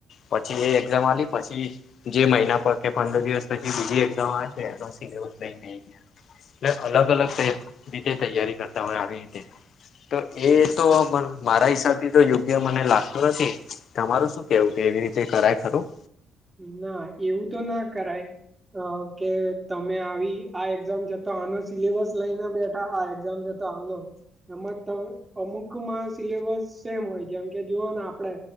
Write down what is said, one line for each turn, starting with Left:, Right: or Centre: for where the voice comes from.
Left: પછી એ એક્ઝામ આલી પછી જે મહિના પ ર કે પંદર દિવસ પછી બીજી એક્ઝામ આવે <unintelligible> લે અલગ અલગ તે રીતે તૈયારી કરતા હોય આવી રીતે તો એ તો મ મારા હિસાબથી તો યોગ્ય મને લાગતું નથી તમારું શું કેવું કે એવી રીતે કરાય ખરુ
Right: ના એવું તો ના કરાય અ કે તમે આવી આ એક્ઝામ છતા આનો સિલેબસ લઈને બેઠા આ એક્ઝામ જ ત આનો એમાં ત અમુકમાં સિલેબસ સેમ હોય જેમ કે જુઓ ને આપડે